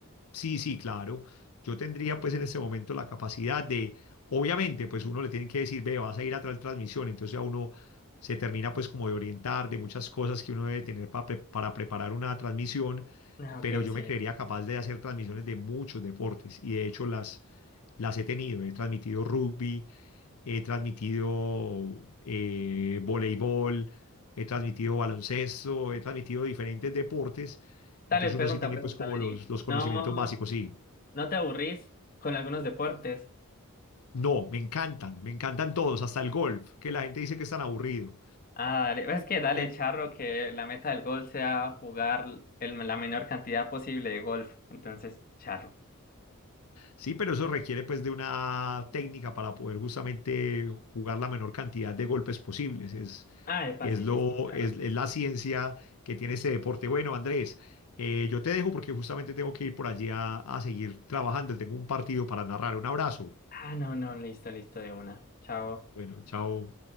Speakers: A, on the left (about 80°); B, on the left (about 40°).
A: Sí, sí, claro. Yo tendría pues en este momento la capacidad de, obviamente, pues uno le tiene que decir, ve, vas a ir a tal transmisión, entonces a uno se termina pues como de orientar de muchas cosas que uno debe tener para, para preparar una transmisión,
B: Ah,
A: pero
B: ok,
A: yo
B: sí.
A: me creería capaz de hacer transmisiones de muchos deportes y de hecho las, las he tenido, he transmitido rugby he transmitido eh, voleibol, he transmitido baloncesto, he transmitido diferentes deportes.
B: Dale,
A: Entonces
B: pregunta,
A: uno sí tiene
B: pregunta,
A: pues como
B: vení.
A: los, los conocimientos
B: No.
A: básicos, sí.
B: ¿No te aburrís con algunos deportes?
A: No, me encantan, me encantan todos, hasta el golf, que la gente dice que es tan aburrido.
B: Ah, dale. Es que dale,
A: Eh,
B: charro, que la meta del golf sea jugar el- la menor cantidad posible de golf. Entonces, charro.
A: Sí, pero eso requiere pues de una técnica para poder justamente jugar la menor cantidad de golpes posibles. Es,
B: Ah, epa,
A: es
B: sí,
A: lo,
B: sí, sí, claro.
A: es, es la ciencia que tiene este deporte. Bueno, Andrés, eh, yo te dejo porque justamente tengo que ir por allí a, a seguir trabajando. Tengo un partido para narrar. Un abrazo.
B: Ah, no, no, listo, listo de una. Chao.
A: Bueno, chao.